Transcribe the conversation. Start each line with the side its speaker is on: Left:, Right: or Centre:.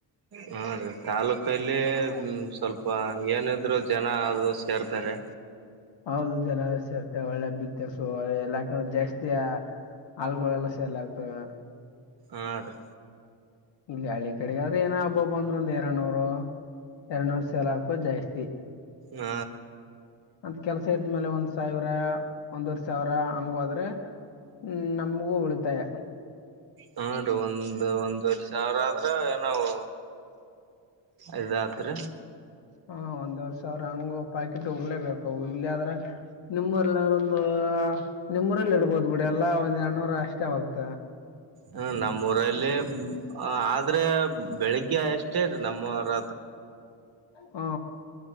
Right: ಹಾ ರೀ ತಾಲೂಕಲ್ಲಿ ಸ್ವಲ್ಪ ಏನಾದ್ರು. ಜನ ಅದು ಸೇರ್ತಾರೆ.
Left: ಹೌದು ಜನ ಸೇರ್ತ ಒಳ್ಳೆ ಬಿಗ್ನೆಸು ಎಲ್ಲಾಕ ಜಾಸ್ತ. ಹಲ್ಗಳೆಲ್ಲ ಸೇಲ್ ಆಗ್ತವೆ.
Right: ಆ ರಿ
Left: ಇಲ್ಲಿ ಹಳ್ಳಿ ಕಡೆಗಾದ್ರೆ ಏನ ಹಬ್ಬಬ್ ಅಂದ್ರರು ಒಂದು. <unintelligible> ಎರನೂರು ಸಲಾಕ್ಕಜಾಸ್ತಿ
Right: ಆ
Left: ಅಂತ ಕೆಲ್ಸ ಇದ್ಮೇಲೆ ಒಂದ್ ಸಾವಿರ ಒಂದವರ್ ಸಾವಿರ ಹಂಗೋದ್ರೆ ಹ್ಮ್ ನಮಗೂ ಉಳಿತಾಯ.
Right: ಹಾ ರೀ ಒಂದ್ ಒಂದ್ವರ್ ಸಾವಿರ ಆದ್ರ ನಾವು. ಐದಾತ್ರಿ.
Left: ಹ ಒಂದ್ವರ್ ಸಾವಿರ ಹಂಗ ಪಾಕೆಟ್ ಹೋಗ್ಲೇಬೇಕ ಇಲ್ಲ ಆದ್ರೆ ನಿಮ್ರೆಲ್ಲೊ ನಿಮರಲ್ಲಿ ಇಡ್ಬೋದು ಬಿಡಿ ಎಲ್ಲಾ ಒಂದ್ ಎರಡ್ನೂರ ಅಷ್ಟೇ ಆಗತ.
Right: ಹ್ಮ ನಮ್ಮೂಊರಲ್ಲಿ ಆದ್ರೆ ಬೆಳಿಗ್ಗೆ ಅಷ್ಟೇ ನಮ್ಮ್ರ
Left: ಹೂ.